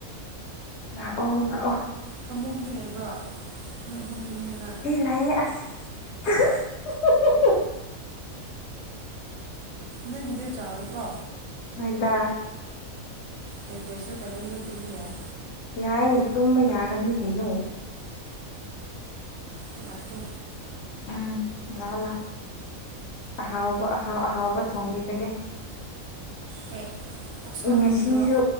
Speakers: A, on the left (about 65°); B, on the right (about 70°).
A: ꯂꯥꯛꯑꯣ ꯂꯥꯛꯑꯣ
B: ꯐꯃꯨꯡꯗꯤ ꯂꯩꯕ꯭ꯔꯣ ꯃꯤ ꯑꯍꯨꯨꯝ ꯇꯨꯝꯅꯤꯡꯉꯥꯏ
A: ꯂꯩꯌ‌ꯦ ꯑꯁ <unintelligible>
B: ꯅꯪꯒꯤꯗꯨꯟ ꯆꯥꯎꯋꯦꯀꯣ
A: ꯍ‌ꯣꯏꯗꯥ
B: ꯂꯩꯇ꯭ꯔꯦꯁꯨ ꯀꯩꯅꯣꯒꯤꯗ ꯇꯨꯝꯕ ꯌꯥꯏ
A: ꯌꯥꯏꯌꯦ ꯇꯨꯝꯕ ꯌꯥꯒꯅꯤ ꯀꯩꯅꯣ
B: ꯌꯂꯥꯛꯀꯦ
A: ꯎꯝ ꯂꯥꯛꯑ‌ꯣ ꯂꯥ‌ꯎ ꯑꯍꯥꯎꯕ ꯑꯍꯥꯎ ꯑꯍꯥꯎꯕ ꯊꯣꯡꯕꯤꯔꯒꯦ
B: ꯀꯩ ꯑꯣꯛꯁꯥ
A: ꯉꯁꯤꯁꯨ
B: ꯊꯣꯡꯕꯤꯔꯣ